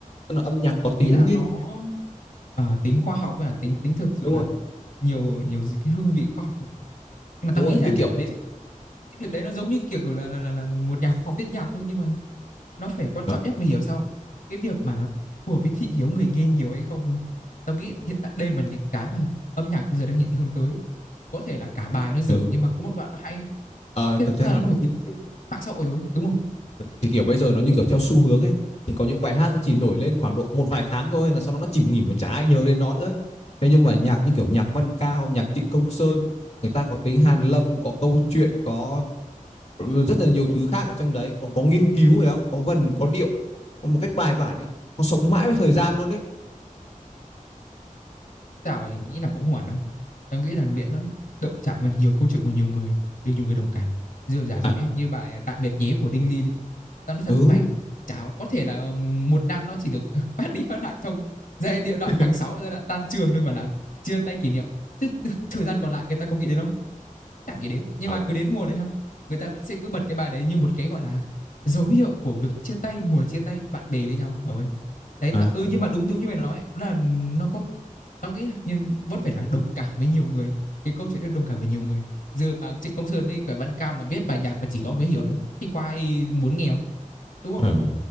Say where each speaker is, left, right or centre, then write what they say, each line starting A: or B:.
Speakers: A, on the left; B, on the left.
A: Tức là âm nhạc có tính
B: ý là
A: nghiên
B: nó ờ, tính khoa học là tính tính thực sự
A: đúng
B: là
A: rồi
B: nhiều nhiều cái hương vị khoa học nhưng mà
A: đúng
B: tao
A: rồi
B: nghĩ
A: như
B: là mẹ
A: kiểu
B: đấy cái việc đấy nó giống như kiểu là là là, là một nhà khoa học viết nhạc thôi nhưng mà nó phải quan
A: ờ,
B: trọng nhất mày hiểu sao không? cái việc mà nó phù hợp với thị hiếu người nghe nhiều hay không thôi tao nghĩ hiện tại đây mà những cái mà âm nhạc bây giờ đang hiện hướng tới có thể là cả bài nó dở
A: ừ.
B: nhưng mà có một đoạn nó hay
A: Ờ,
B: thế
A: thực ra
B: là
A: thì
B: nó nổi tiếng trên mạng xã hội rồi đúng không
A: thì kiểu bây giờ nó như kiểu theo xu hướng ấy thì có những bài hát nó chỉ nổi lên khoảng độ một vài tháng thôi là sau đó nó chìm nghỉm mà chả ai nhớ đến nó nữa thế nhưng mà nhạc như kiểu nhạc Văn Cao nhạc Trịnh Công Sơn người ta có tính hàn lâm có câu chuyện có ừ, rất là nhiều thứ khác ở trong đấy có, có nghiên cứu phải không có vần có điệu có một cách bài bản ấy nó sống mãi với thời gian luôn đấy
B: Tao nghĩ là cũng không hẳn đâu. Tao nghĩ là miễn nó động chạm vào nhiều câu chuyện của nhiều người, được nhiều người đồng cảm. Rồi giả dụ
A: à
B: nhé, như bài Tạm biệt nhé của Đinh Ly đi. Tao nói thật
A: ừ
B: với mày, chả có thể là một năm nó chỉ được <laughs> phát đi phát lại trong giai điệu
A: <laughs>
B: đoạn tháng sáu giai đoạn tan trường thôi mà là chia tay kỷ niệm. Chứ <laughs> thời gian còn lại người ta có nghĩ đến không? chả nghĩ đến nhưng
A: Ờ,
B: mà cứ đến mùa đấy ha người ta vẫn sẽ cứ bật cái bài đấy như một cái gọi là dấu hiệu của việc chia tay mùa chia tay bạn bè với nhau trời ơi đấy
A: à
B: tạ- ừ nhưng mà đúng đúng như mày nói là nó có tao nghĩ là nhưng vẫn phải là đồng cảm với nhiều người cái câu chuyện đấy đồng cảm với nhiều người giờ mà Trịnh Công Sơn với cả Văn Cao mà biết bài nhạc mà chỉ có ông ấy hiểu đấy thì có ai muốn nghe không đúng không
A: ờ